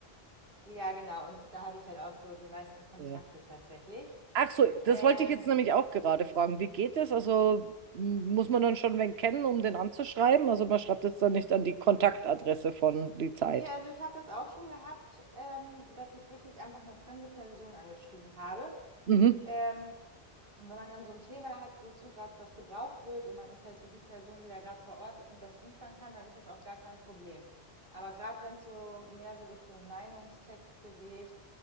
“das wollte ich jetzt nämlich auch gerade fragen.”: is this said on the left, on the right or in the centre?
Right